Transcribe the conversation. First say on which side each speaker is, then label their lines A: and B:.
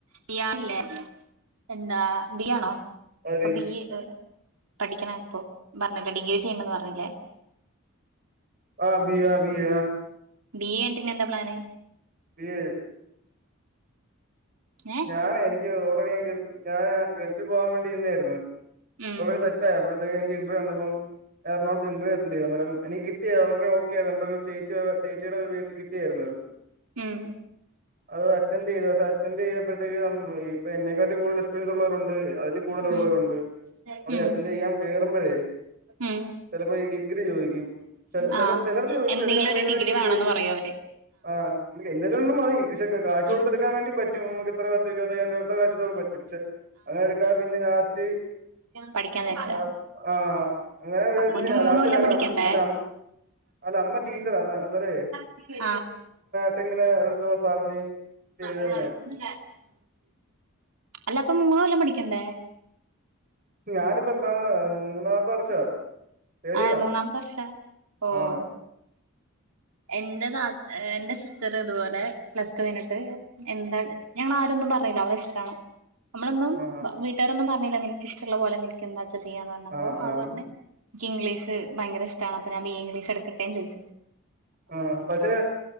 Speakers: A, on the right; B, on the right.
A: ബിയാഹ് ല്ലേ എന്താ ബീയാണോ
B: ആര്
A: അപ്പ ഇയ്യ് പഠിക്ക്ണ ഇപ്പൊ പർഞ്ഞില്ലെ ഡിഗ്രി ചെയ്യ്ണ്‌ണ്ട്ന്ന് പർഞ്ഞില്ലേ
B: ആഹ് ബീയാ ബീ ആഹ്
A: ബി എ യ്ഞ്ഞിട്ട്നെന്താ പ്ലാന്
B: ബി എ
A: ഏഹ്
B: ഞാനേ എനിക്ക് ഓൾറെഡി ഞാൻ ഗൾഫ് ഞാന് ഗൽഫി പോവാൻ വേണ്ടി നിന്നേയ്ര്ന്നു
A: ഉം
B: ഓൾറെഡി സെറ്റായി അപ്പഴത്തേക്ക് എനിക്ക് ഇന്റർ്യൂ വന്നപ്പം എർണാകുളത്ത് ഇന്റർവ്യൂ ചെയ്ത് അന്നേരം എനിക്ക് കിട്ടിയത് ഓൾറെഡി ഓക്കെയാര്ന്ന് <unintelligible> ചേച്ചി ചേച്ചിയ്ടെ ഒരു ബേസ് കിട്ടിയാര്ന്നു അത്
A: ഏഹ്
B: അത് അറ്റൻഡെയ്ത് പക്ഷെ അറ്റെൻഡെയ്തപ്പഴ്ത്തേക്ക് ഇപ്പ എന്നെക്കാട്ടിം കൂട് എക്സ്പിരിയൻസ് ഉള്ളവരുണ്ട് അതിലി കൂട്തലുള്ളവരുണ്ട്
A: ഉം
B: മ്മളി
A: ഉം
B: അറ്റൻഡെയ്യാം കേറുമ്പഴേ
A: ഉം
B: ചെലപ്പോ ഈ ഡിഗ്രി ചോദിക്കും ചെലെ ചെലപ്
A: ആഹ്
B: ചെലടത്ത് ചോദിക്കും
A: എന്തെങ്കിലും
B: ചെല കമ്പനികള്
A: ഒരു
B: ഡിഗ്രി
A: വേണന്ന്
B: ചോദിക്കും
A: പറയും അവര്
B: ആഹ് നമുക്ക് എന്തേലും ഒന്ന് മതി പക്ഷെ ക കാശ് റ്റോട്ത്തെട്ക്കാ
A: ഉം
B: വേണ്ടി പറ്റും നമുക്കിത്ര പത്ത് ഇര്പത്തയ്യായിരം രൂപൊട്ത്താ <unintelligible> <unintelligible> പറ്റും ക്ഷെ അങ്ങനെ എട്ക്കാതെ പിന്നെ ലാസ്റ്റ്
A: പഠിക്കാൻ വിചാരിച്ച
B: ആഹ് ആഹ് അങ്ങനെ വിചാര്ച്ച്
A: അപ്പൊ ഇനി മൂന്ന്
B: ലാസ്റ്റ്
A: കൊല്ലം
B: ഞങ്ങടെ
A: പഠിക്കണ്ടേ
B: അം അല്ല അം അല്ല അമ്മ ടീച്ചറാന്ന് അന്നേരെ
A: ആഹ്
B: പ്പെങ്ങെനെ ഒരോടുത്തൂന്ന് പറഞ്ഞ് ചെയ്ത്
A: ഉം
B: തന്നെയാ
A: അല്ല അപ്പ മൂന്ന് കൊല്ലം പഠിക്കണ്ടേ
B: ഞാനിപ്പ എത്രാ മൂന്നാമത്തെ വർഷവാ തേർഡ്
A: ഏഹ്
B: ഇയറാ
A: മൂന്നാമ്ത്തെ വർഷാ ഓഹ്
B: ആഹ്
A: എന്റെ താത് എന്റെ സിസ്റ്ററ് ഇതുപോലെ പ്ലസ്റ്റു കയ്ഞ്ഞിട്ട് എന്താണ് ഞങ്ങള് ആരും ഒന്നും പറയില്ല അവളെ ഇഷ്ടാണ് നമ്മളൊന്നും
B: ആഹ്
A: വീട്ടുകാരൊന്നും പർഞ്ഞില്ല നിനക്ക് ഇഷ്ടള്ള പോലെ നിനക്ക് എന്താച്ചാ ചെയ്യാന്ന് പഞ്ഞപ്പോ
B: ആഹ്
A: അവള്
B: ആഹ്
A: പർഞ്ഞ് ക്ക് ഇഗ്ലീഷ് ഭയങ്കര ഇഷ്ടാണ് അപ്പ ഞാൻ ബി എ ഇഗ്ലീഷ് എട്ക്കട്ടേന്ന് ചോയ്ച്ച്
B: ആഹ് പഷേ